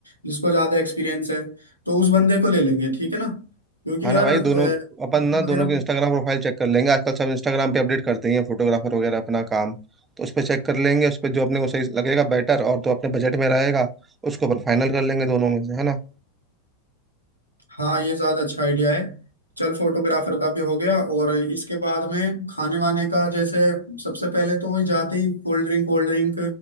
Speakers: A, on the right; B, on the right.
A: जिसको ज़्यादा एक्सपीरियंस है तो उस बंदे को ले लेंगे ठीक है ना क्योंकि
B: हाँ ना
A: यार
B: भाई
A: अ,
B: दोनों अपन ना दोनों
A: वगैरह पूछ-
B: की इंस्टाग्राम प्रोफाइल चेक कर लेंगे आजकल सब इंस्टाग्राम पे अपडेट करते ही हैं फोटोग्राफर वगैरह अपना काम तो उस पर चेक कर लेंगे उस पर जो अपने को सही लगेगा बेटर और तो अपने बजट में रहेगा उसको अपन फाइनल कर लेंगे दोनों में से है ना
A: हाँ ये ज्यादा अच्छा आइडिया है चल फोटोग्राफर का भी हो गया और इसके बाद में खाने वाने का जैसे सबसे पहले तो वही जाते ही कोल्ड ड्रिंक कोल्ड ड्रिंक